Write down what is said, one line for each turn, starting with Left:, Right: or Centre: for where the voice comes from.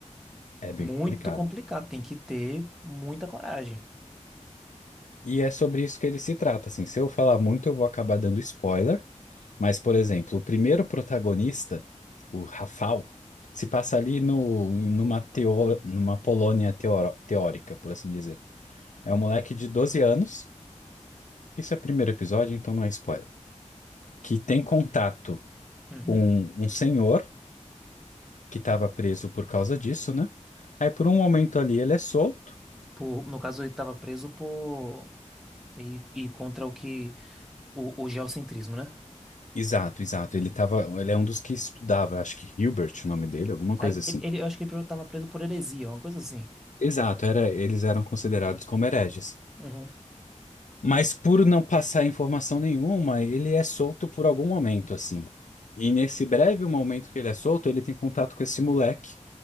Left: É bem
Centre: Muito
Left: complicado.
Centre: complicado. Tem que ter muita coragem.
Left: E é sobre isso que ele se trata, assim. Se eu falar muito, eu vou acabar dando spoiler. Mas, por exemplo, o primeiro protagonista, o Rafał, se passa ali no, numa, teo, numa Polônia teoro- teórica, por assim dizer. É
Centre: Hum,
Left: um moleque de 12 anos, isso é primeiro episódio, então não é spoiler, que tem contato
Centre: uhum.
Left: com um senhor que estava preso por causa disso, né? Aí, por um momento ali, ele é solto.
Centre: Por, no caso, ele estava preso por. E, e contra o que. O, o geocentrismo, né?
Left: Exato, exato. Ele tava, ele é um dos que estudava, acho que Hilbert, o nome dele, alguma coisa
Centre: Aí,
Left: assim.
Centre: ele, ele- eu acho que ele estava preso por heresia, uma coisa assim.
Left: Exato, era, eles eram considerados como hereges.
Centre: Uhum.
Left: Mas por não passar informação nenhuma, ele é solto por algum momento, assim. E nesse breve momento que ele é solto, ele tem contato com esse moleque,